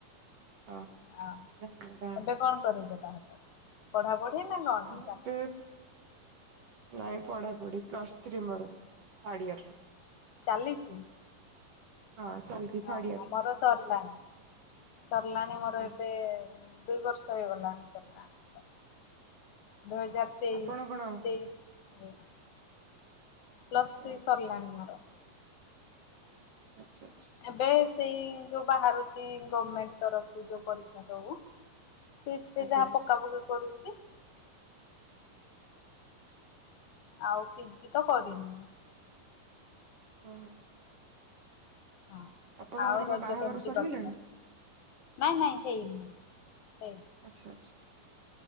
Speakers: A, on the right; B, on the left.
A: ଓହୋ
B: ହ
A: ନା ନା ବାହା ହେଇନି
B: ଏବେ କଣ କରୁଚ ତାହଲେ? ପଢା ପଢି। <unintelligible>
A: ମୁଁ ଏବେ ନାଇଁ ପଢାପଢି ପ୍ଲସ ଥ୍ରୀ ମୋର ଥାର୍ଡ ଇର।
B: ଚାଲିଛି
A: ହଁ ଚାଲିଛି ଥାର୍ଡ
B: ଓହୋ
A: ଇୟର
B: ମୋର ସରିଲାଣି ସରିଲାଣି ମୋର
A: ଓହୋ
B: ଏବେ- ଦୁଇ ବର୍ଷ ହେଇଗଲାଣି ସରିଲାଣି ତ। ଦୁଇ ହଜାର ତେଇଶ
A: ଆପଣ କଣ
B: ତେଇଶ ପ୍ଲସ୍
A: ଓ
B: ଥ୍ରୀ ସରିଲାଣିି ମୋର।
A: ଆଚ୍ଛା ଆଚ୍ଛା
B: ଏବେ ସେଇ ଯୋଉ ବାହାରୁଛି ଗମେଣ୍ଟ ତରଫରୁ ଯୋଉ ପରୀକ୍ଷା ସବୁ ସେଇଥିରେ
A: ଆଜ୍ଞା
B: ଯାହା ପକା ପକି କରୁ କି ଆଉ ପିଜିି ତ କରିନି।
A: ହୁଁ।
B: ହଁ
A: ଆପଣଙ୍କର
B: ଆଉ ରଜ
A: କଣ ବାହାଘର
B: କେମିତି
A: ସରିଗଲାଣି?
B: କଟିଲା? ନାଇଁ ନାଇଁ ହେଇନି। ହେଇନି
A: ଆଚ୍ଛା ଆଚ୍ଛା।